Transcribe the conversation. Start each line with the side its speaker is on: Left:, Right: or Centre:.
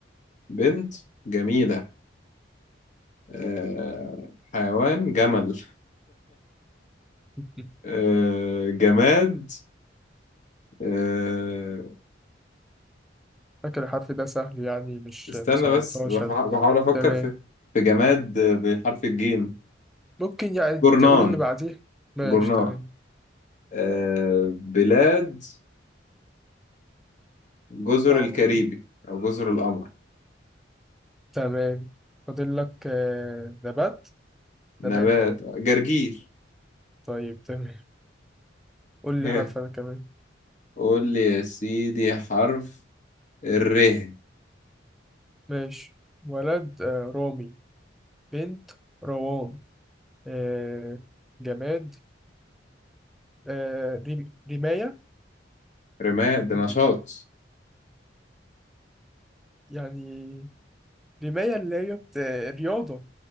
Left: بنت جميلة آه حيوان جمل
Centre: <laughs>
Left: <laughs> آه جماد آه
Centre: فاكر الحرف ده سهل يعني مش
Left: استنى
Centre: مصعبتهاش
Left: بس بح-
Centre: أنا
Left: بحاول أفكر
Centre: تمام
Left: في في جماد بحرف الجيم
Centre: ممكن يعني
Left: جورنان
Centre: تقولي اللي بعديه ماشي
Left: جورنان
Centre: تمام
Left: آه بلاد جزر
Centre: صعبة
Left: الكاريبي
Centre: دي
Left: أو جزر القمر
Centre: تمام فاضل لك آه، نبات
Left: نبات
Centre: نبات اه
Left: جرجير
Centre: طيب تمام قول
Left: <laughs>
Centre: لي حرف انا كمان
Left: قول لي يا سيدي حرف الر
Centre: ماشي ولد آه، رامي بنت روان آه، جماد آه، ريم- رماية
Left: رماد
Centre: ممكن
Left: ده نشاط
Centre: رماية يعني رماية اللي هي بت... رياضة